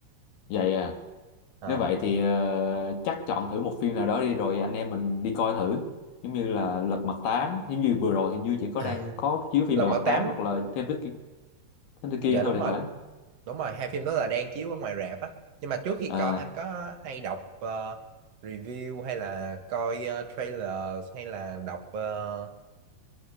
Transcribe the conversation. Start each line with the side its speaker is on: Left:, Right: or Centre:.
Left: vậy à
Right: Ờ.
Left: nếu vậy thì ờ, chắc chọn thử một phim nào đó đi rồi anh em mình đi coi thử giống như là Lật Mặt Tám giống như vừa rồi hình như chỉ có
Right: <laughs>
Left: đang có chiếu phim
Right: Lòng
Left: Lật Mặt
Right: Mật Tám
Left: Tám hoặc là Thám Tử Kiên Thám Tử Kiên
Right: dạ đúng
Left: thôi thì
Right: rồi
Left: phải
Right: đúng rồi hai phim đó là đang chiếu ở ngoài rạp á nhưng mà trước khi
Left: à,
Right: coi anh có hay đọc ờ, review hay là coi ờ, trailer hay là đọc ờ,